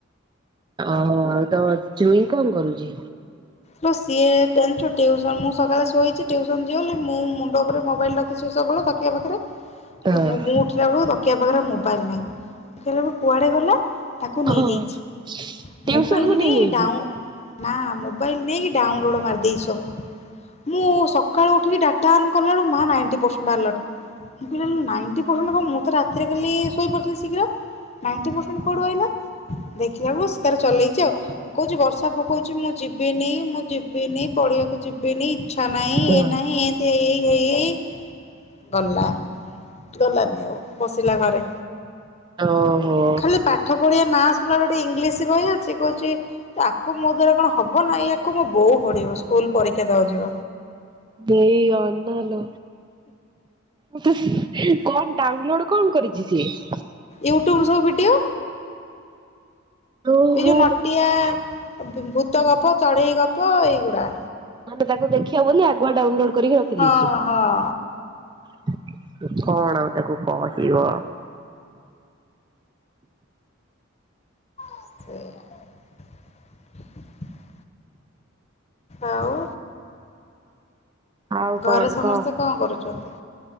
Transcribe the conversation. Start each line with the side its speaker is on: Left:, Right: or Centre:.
Right: ଆଉ ଆଉ ତମ ଚୁଁଇ କଣ କରୁଛି?
Left: ଲୋ ସିଏ ଜାଣିଛୁ ଟିଉସନ ମୁଁ ସକାଳେ ଶୋଇଛି <unintelligible> ମୁଁ ମୁଣ୍ଡ ଉପରେ ମୋବାଇଲ ରଖିଛି ସବୁବେଳେ ତକିଆ ପାଖରେ
Right: ହଁ
Left: ମୁଁ ମୁଁ ଉଠିଲା ବେଳକୁ ତ ତକିଆ ପାଖରେ ମୋବାଇଲ୍ ନାହିଁ କହିଲେ କୁଆଡ଼େ ଗଲା? ତାକୁ ନେଇଯାଇଛି
Right: ହଁ ଟିଉସନ
Left: ମୋବାଇଲରେ
Right: କୁ ନେଇଯାଇଛି।
Left: ଡାଉଁ ନା ମୋବାଇଲ ନେଇକି ଡାଉନଲୋଡ ମାରିଦେଇଚି ସବୁ। ମୁଁ ସକାଳୁ ଉଠିକି ଡାଟା ଅନ କଲାବେଳୁ ମା ନାଇଣ୍ଟୀ ପର୍ସେଣ୍ଟ ଆଲର୍ଟ। ମୁଁ କହିଲି ଆରେ ନାଇଣ୍ଟୀ ପର୍ସେଣ୍ଟ କଣ? ମୁଁ ତ ରାତିରେ କାଲି ଶୋଇପଡିଥିଲି ଶୀଘ୍ର। ନାଇଣ୍ଟୀ ପର୍ସେଣ୍ଟ କୋଉଠୁ ଆଇଲା? ଦେଖିଲା ବେଳୁ ସେ ତାର ଚଲେଇଛି ଆଉ ମୁଁ କହୁଛି ବର୍ଷା କହୁଛି ମୁଁ ଯି ଇ ମୁଁ ଯିବିନି ପଢିବାକୁ ଯିବିନି ଇଚ୍ଛା ନାହିଁ
Right: ହଁ
Left: ଏ ନାହିଁ ଏମିତି ହେଇ ହେଇ ହେଇ ହେଇ। ଗଲା ଗଲାନି ଆଉ ବସିଲା ଘରେ।
Right: ଓହୋ
Left: ଖାଲି ପାଠ ପଢ଼ିବା ନା ଶୁଣିଲା ଗୋଟେ ଇଂଲିଶି ବହି ଅଛି କହୁଛି ଆକୁ ମୋ ଦ୍ଵାରା କଣ ହବ ନା ଏ ଆକୁ ମୋ ବୋଉ ପଢିବ। ସ୍କୁଲ ପରୀକ୍ଷା ଦବାକୁ ଯିବ
Right: ଦେଇ ଆଲୋ ଆଲୋ। ଉଁ ତ ହୁଁ କଣ ଡାଉନଲୋଡ କଣ କରିଛି ସିଏ?
Left: ୟୁଟ୍ୟୁବ ସବୁ ଭିଡ଼ିଓ।
Right: ଓହୋ
Left: ଏଇ ଯୋଉ ନଟିଆ ଅ ଭୁ-ଭୂତଗପ ଚଢେଇ ଗପ ଏଇଗୁଡ଼ା।
Right: ମାନେ ତାକୁ ଦେଖିବ ବୋଲି ଆଗୁଆ ଡାଉନଲୋଡ କରିକି ରଖିଦେଇଛି।
Left: ହଁ ହଁ
Right: କଣ ଆଉ ତାକୁ କହିବ?
Left: ସେୟା। ଆଉ।
Right: ଆଉ
Left: ଘରେ
Right: କଣ
Left: ସମସ୍ତେ
Right: କହ?
Left: କଣ କରୁଛନ୍ତି